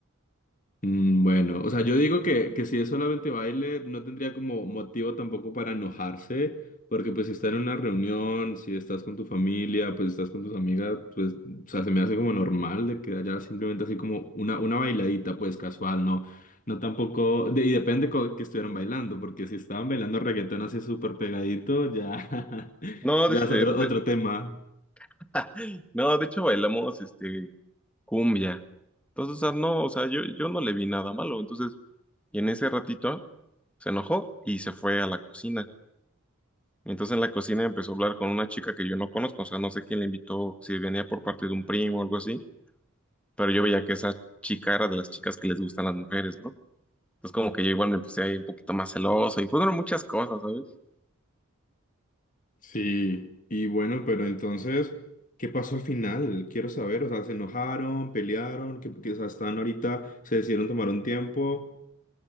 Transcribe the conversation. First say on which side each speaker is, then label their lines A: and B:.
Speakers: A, on the left; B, in the centre.
A: Mm, Bueno, o sea, yo digo que, que si es solamente baile, no tendría como motivo tampoco para enojarse, porque pues si está en una reunión, si estás con tu familia, pues estás con tus amigas, pues, o sea, se me hace como normal de que haya simplemente así como una, una bailadita, pues casual, ¿no? No tampoco, de- y depende co- que estuvieran bailando, porque si estaban bailando reggaetón así súper pegadito, ya, <laughs>
B: No,
A: ya
B: de, este,
A: es otro,
B: de-
A: otro tema.
B: <laughs> no, de hecho bailamos este cumbia. Entonces, o sea, no, o sea, yo, yo no le vi nada malo. Entonces, y en ese ratito se enojó y se fue a la cocina. Entonces en la cocina empezó a hablar con una chica que yo no conozco, o sea, no sé quién le invitó, si venía por parte de un primo o algo así, pero yo veía que esa chica era de las chicas que les gustan las mujeres, ¿no? Entonces como que yo igual me puse ahí un poquito más celoso y fueron muchas cosas, ¿sabes?
A: Sí, y bueno, pero entonces, ¿qué pasó al final? Quiero saber, o sea, ¿se enojaron, pelearon, que, que, o sea, están ahorita, se decidieron tomar un tiempo?